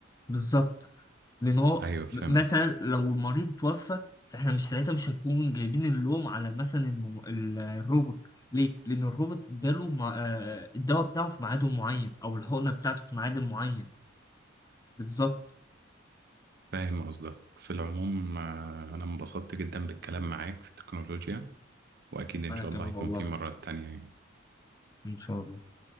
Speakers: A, on the left; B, on the right.
A: بالظبط لأن هو
B: ايوه فهمت
A: م- مثلا لو المريض توفى فإحنا مش ساعتها مش هنكون جايبين اللوم على مثلا المم... ال- الروبوت ليه؟ لأن الروبوت اداله مع... آه، الدواء بتاعه في ميعاد معين أو الحقنة بتاعته في ميعاد معين بالظبط
B: فاهم قصدك في العموم آه، أنا انبسطت جدا بالكلام معاك في التكنولوجيا وأكيد إن
A: أنا
B: شاء
A: كمان
B: الله هيكون
A: والله
B: في مرات تانية يعني
A: إن شاء الله